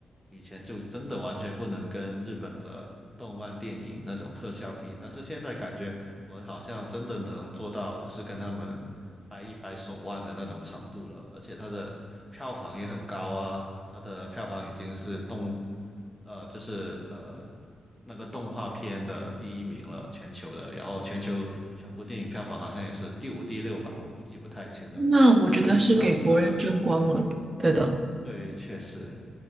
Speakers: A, in the centre; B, on the right (about 30°).
A: 以前就真的完全不能跟日本的动漫电影那种特效比，但是现在感觉我们好像真的能做到，就是跟他们掰一掰手腕的那种程度了，而且它的票房也很高啊，它的票房已经是动呃，就是呃那个动画片的第一名了，全球的。然后全球全部电影票房好像也是第五、第六吧，我记不太清了。
B: 那我觉得是给国人争光了。
A: 就非常的对
B: 对的，
A: 对，确实